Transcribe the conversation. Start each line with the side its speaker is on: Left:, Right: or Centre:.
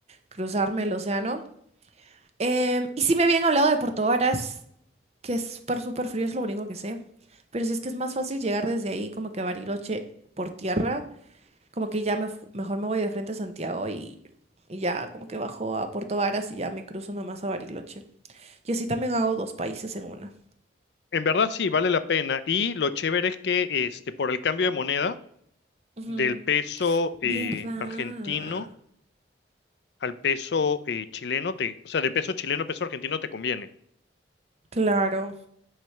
Right: cruzarme el océano. Em, y sí me habían hablado de Puerto Varas, que es súper, súper frío, es lo único que sé. Pero si es que es más fácil llegar desde ahí como que a Bariloche por tierra, como que ya me fu- mejor me voy de frente a Santiago y, y ya como que bajo a Puerto Varas y ya me cruzo nomás a Bariloche. Y así también hago dos países en una.
Left: En verdad sí, vale la pena. Y lo chévere es que este, por el cambio de moneda
Right: Ujú.
Left: del peso eh,
Right: ¿Verdad?
Left: argentino al peso eh, chileno, te, o sea, del peso chileno al peso argentino te conviene.
Right: Claro.